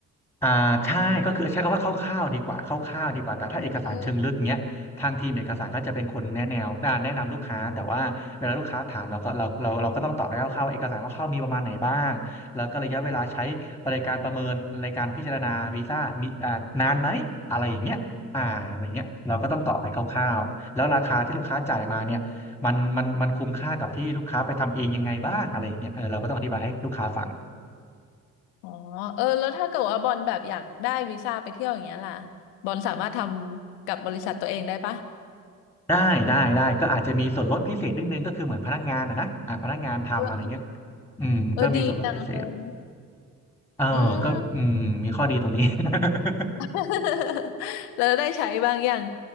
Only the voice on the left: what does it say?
เออเอออ๋อเออแล้วถ้าเกิดว่าบอลแบบอยากได้วีซ่าไปเที่ยวอย่างเงี้ยล่ะบอลสามารถทำกับบริษัทตัวเองได้ปะ
เออเออ
ดีจังเลย
อืม
<laughs> แล้วได้ใช้บางอย่าง